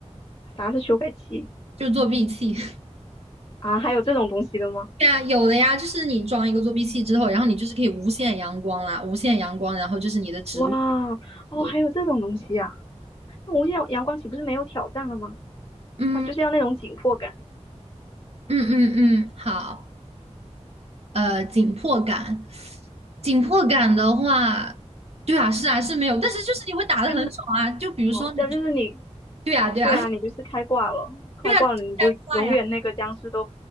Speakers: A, on the left; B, on the right.
A: 啥是修改器
B: 就是作弊器。<laughs>
A: 啊？还有这种东西的吗？
B: 对啊，有的呀，就是你装一个作弊器之后，然后你就是可以无限阳光啦，无限阳光，然后就是你的植物。
A: 哇，哦，
B: 对，
A: 还有这种东西啊！那无限阳光岂不是没有挑战了吗？
B: 嗯
A: 它就是要那种紧迫感，
B: 嗯嗯嗯，好。呃紧迫感。紧迫感的话，对啊，是啊，是没有，但是就是你会打得很爽啊。
A: 就是
B: 就比如说你，
A: 哦，这样就是你
B: 对啊，对啊，
A: 对啊，
B: <laughs>
A: 你就是开挂了，开挂了你就永远那个僵尸都
B: 对啊，快呀，